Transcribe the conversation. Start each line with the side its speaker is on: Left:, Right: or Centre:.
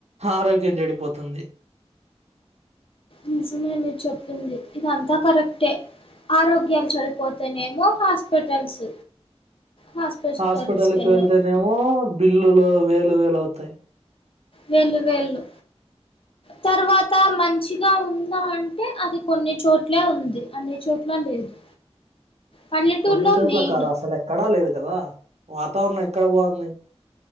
Right: ఆరోగ్యం చెడిపోతుంది
Left: నిజమే మీరు చెప్పింది ఇది అంతా కరెక్టే ఆరోగ్యాలు చెడిపోతేనేమో హాస్పిటల్స్ హాస్పిటల్స్కెళ్ళే
Right: హాస్పిటల్కి వెళ్తేనేమో బిల్లులు వేలు వేలు అవుతాయి
Left: వెళ్ళు వెళ్ళు తర్వాత మంచిగా ఉందా అంటే అది కొన్ని చోట్లే ఉంది అన్ని చోట్ల లేదు పల్లెటూరులో
Right: కొన్ని చోట్ల
Left: మెయిన్
Right: కాదుా అసలు ఎక్కడా లేదు కదా వాతావరణం ఎక్కడ బాంది